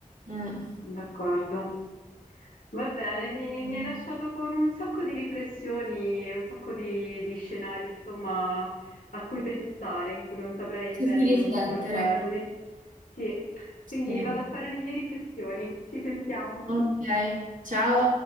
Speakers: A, on the right; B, on the left.
A: Mm.
B: sono d'accordo. Va bene, mi,
A: Mm.
B: mi hai lasciato con un sacco di riflessioni, un sacco di, di scenari, insomma, a cui pensare, in cui non saprei
A: Ci
B: bene
A: si riflettere.
B: come comportarmi. Sì, quindi
A: Sì.
B: vado a fare le mie riflessioni. Ci sentiamo.
A: Ok, ciao.